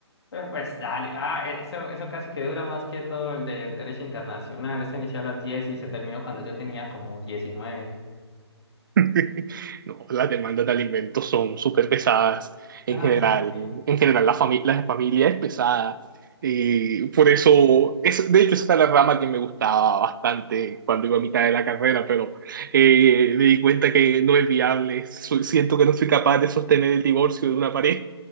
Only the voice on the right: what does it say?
<laughs> No, las demandas de alimentos son súper pesadas. En
general,
en general la fami- la familia es pesada. Y por
eso, es, de hecho, esa era la rama que me gustaba bastante cuando iba a mitad de la carrera, pero eh, me di cuenta que no es viable. Soy- siento que no soy capaz de sostener el divorcio de una pareja.